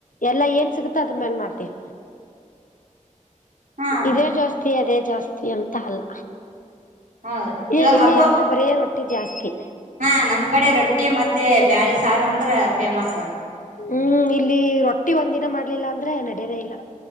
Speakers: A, on the left (about 85°); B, on the right (about 85°).
A: ಎಲ್ಲಾ ಏನ್ ಸಿಗುತ್ತ ಅದ್ರ ಮ್ಯಾಲ್ ಮಾಡ್ತಿವಿ.
B: ಹಾ
A: ಇದೇ ಜಾಸ್ತಿ ಅದೇ ಜಾಸ್ತಿ ಅಂತ ಅಲ್ಲ.
B: ಹೌದ ಇವಾಗ
A: ಈಗ ಇಲ್ಲಿ
B: ಹಬ್ಬ
A: ಅಂದ್ರೆ ಬರೇ ರೊಟ್ಟಿ ಜಾಸ್ತಿ.
B: ಹಾ ನಮ್ ಕಡೆ ರೊಟ್ಟಿ ಮತ್ತೆ ಬ್ಯಾಳಿ ಸಾರು ಅಂದ್ರ ಫೇಮಸ್.
A: ಹ್ಮ್ ಇಲ್ಲಿ ರೊಟ್ಟಿ ಒಂದಿನ ಮಾಡ್ಲಿಲಿಲ್ಲ ಅಂದ್ರೆ ನಡೆಯದೇ ಇಲ್ಲ.